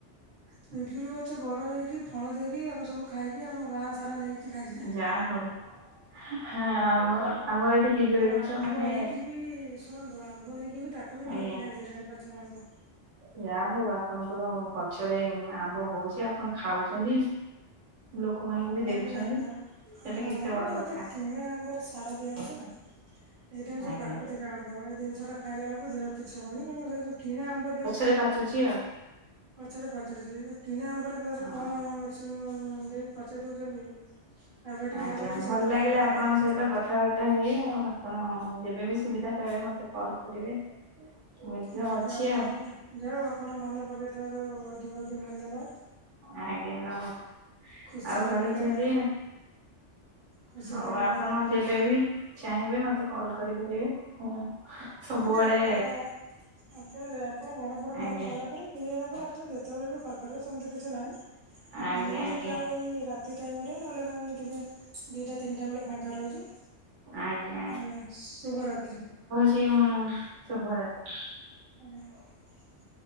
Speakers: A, on the right; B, on the right.
A: ପିଜୁଳି ଗଛ ବଡ ହେଇକି ଫଳ ଦେଇକି ଆମେ ସବୁ ଖାଇକି ଆମ ଗାଁ ସାରା ନେଇକି ଖାଇସାରିଲେଣି।
B: ଯାହା ହଉ ହାଁ ଆମ ଆମର ଏଠି ପିଜୁଳି
A: ଆଉ
B: ଗଛ
A: ଆମ୍ବ
B: ମାନେ
A: ହେଇକି ବି ଶୁଣନ୍ତୁ ଆମ୍ବ ହେଇକି ବି ତାକୁ ବି
B: ଆଜ୍ଞା।
A: ନେଇକି ଖାଇସାଇଲେଣି ପାଚିଲା ଆମ୍ବ।
B: ଯାହା ହଉ ଆପଣଙ୍କର ଗଛରେ ଆମ୍ବ ହଉଛି ଆପଣ ଖାଉଛନ୍ତି। ଲୋକମାନଙ୍କୁ ବି ଦେଉଛନ୍ତି।
A: ଆଜ୍ଞା ଆଜ୍ଞା
B: ସେଟା
A: ହଁ
B: କେତେ ବଡ
A: ମ ଏ
B: କଥା
A: ତ କିଣା ଆମ୍ବରେ ତ ସାର ଦିଆ ହଉଛି ନା ଏଇଟା ହଉଛି
B: ଆଜ୍ଞା
A: ପ୍ରାକୃତିକ ଆମ୍ବ ଏ ଜିନିଷ ଟା ଖାଇଲା ବେଳକୁ ଦେହ କିଛି ହବନି କିନ୍ତୁ ସେ ଯଉ କିଣା ଆମ୍ବ ଦେହରେ
B: ଏବେ ପାଚୁଛି ଆଉ।
A: ଗଛରେ ପାଚୁଛି କିଣା ଆମ୍ବରେ ତାର
B: ହଁ
A: ଯେ କଣ ମେସିନ୍ ଦେଇ ପଚେଇ ଦଉଛନ୍ତି। <inaudible>
B: ଆଜ୍ଞା
A: ଫାରବାଇଟି ସେଗୁରା
B: ଭଲ ଲାଗିଲା
A: ଦେହ ପ୍ରତି
B: ଆପଣଙ୍କ
A: ଭାରି କ୍ଷତି
B: ସହିତ
A: କରୁଛି।
B: କଥାବାର୍ତ୍ତା ହେଇ ଆଉ ଆପଣ ଯେବେବି ସୁବିଧା ପାଇବେ ମତେ କଲ କରିବେ। ମଧ୍ୟ
A: ମୁଁ
B: ଅଛି
A: ବି ଆପଣଙ୍କୁ
B: ଆଉ
A: ଯାହଉ ଆପଣ ମନେ ପକେଇଥିବାରୁ ବହୁତ ବହୁତ ଧନ୍ୟବାଦ।
B: ଆଜ୍ଞା ନମ
A: ଖୁସି
B: ଆଉ
A: ଲାଗିଲା
B: ରହିଛନ୍ତି,
A: ଖୁସି
B: ହଉ
A: ଲାଗିଲା
B: ଆପଣ
A: ଆପଣଙ୍କ
B: ଯେବେବି ଚାହିଁବେ ମତେ କଲ୍ କରିପାରିବେ ମୁ ସବୁବେଳେ
A: ଆଜ୍ଞା ଆପଣ ଆପଣ ଆପଣ ଘର ଫର କାମ
B: ଆଜ୍ଞା
A: ସଇଲା ପରେ ହେଇଗଲା ପରେ ଆପଣ ଯେତେବେଳେ ବି କହିପାରିବେ ସେମିତି କିଛି ନାହିଁ
B: ଆଜ୍ଞା
A: ମୁଁ ତ
B: ଆଜ୍ଞା
A: ପ୍ରାୟ ଏଇ ରାତି ତି ଟାଇମ୍ ରେ ନହେଲେ ନାଇଁ ଟିକେ ଦିଇଟା ତିନିଟା ବେଳେ ଫାଙ୍କା ରହୁଛି,
B: ଆଜ୍ଞା
A: ଆଁ ଶୁଭରାତ୍ରି।
B: ଜି ହଁ ଶୁଭରାତ୍ରି।
A: <inaudible>